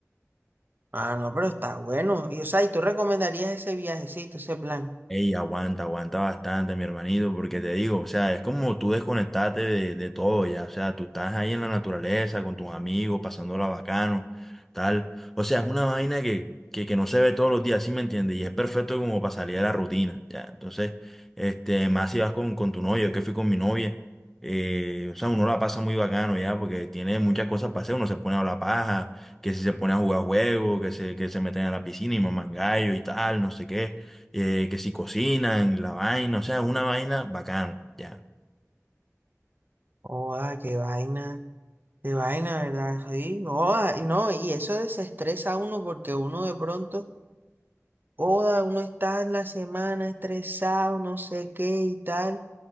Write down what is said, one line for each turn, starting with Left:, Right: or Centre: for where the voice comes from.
Right: Ah, no, pero está bueno. Y, o sea, ¿y tú recomendarías ese viajecito, ese plan?
Centre: Ey, aguanta, aguanta bastante, mi hermanito, porque te digo, o sea, es como tú desconectarte de, de todo ya, o sea, tú estás ahí en la naturaleza con tus amigos, pasándola bacano, tal. O sea, es una vaina que, que, que no se ve todos los días, ¿sí me entiendes? Y es perfecto como para salir de la rutina, ya. Entonces, este, más si vas con, con tu novia, yo que fui con mi novia, eh, o sea, uno la pasa muy bacano ya, porque tiene muchas cosas para hacer, uno se pone a la paja, que si se pone a jugar juegos, que se, que se meten a la piscina y mamangallo y tal, no sé qué eh, que si cocinan, la vaina, o sea, una vaina bacano, ya.
Right: Joda, qué vaina, qué vaina, ¿verdad? Sí, joda, y no, y eso desestresa a uno porque uno de pronto, joda, uno está en la semana estresado, no sé qué y tal,